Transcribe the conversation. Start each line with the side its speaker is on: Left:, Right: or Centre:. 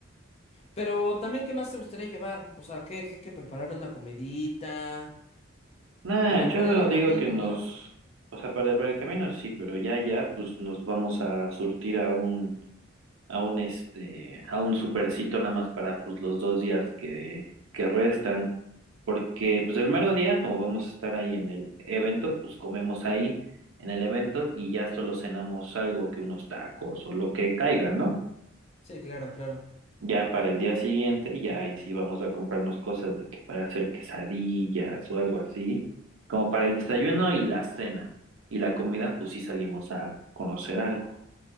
Left: Pero también, ¿qué más te gustaría llevar? O sea, ¿qué, qué hay que preparar una comidita
Right: Nah,
Left: para
Right: yo
Left: comer en el camino,
Right: digo que nos,
Left: ¿no?
Right: o sea, para, para el camino sí, pero ya, ya, pues nos vamos a surtir a un a un este, a un supercito nada más para pues los dos días que, que restan, porque pues el mero día, como vamos a estar ahí en el evento, pues comemos ahí en el evento y ya solo cenamos algo que unos tacos o lo que caiga, ¿no?
Left: Sí, claro, claro.
Right: Ya para el día siguiente, ya ahí sí vamos a comprarnos cosas de que para hacer quesadillas o algo así, como para el desayuno y la cena. Y la comida, pues sí salimos a conocer algo.